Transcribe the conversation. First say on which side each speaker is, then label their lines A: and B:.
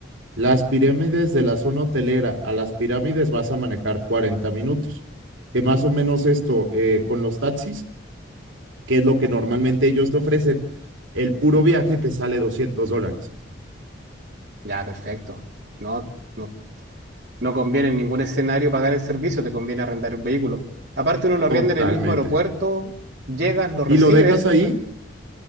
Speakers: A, on the right; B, on the right.
A: Las pirámides de la zona hotelera a las pirámides vas a manejar 40 minutos, que más o menos esto eh, con los taxis, que es lo que normalmente ellos te ofrecen, el puro viaje te sale 200 dólares.
B: Ya, perfecto. No, no, No conviene en ningún escenario pagar el servicio, te conviene arrendar el vehículo. Aparte, uno lo arrienda
A: Totalmente.
B: en el mismo aeropuerto, llegas, lo recibes
A: Y lo dejas ahí,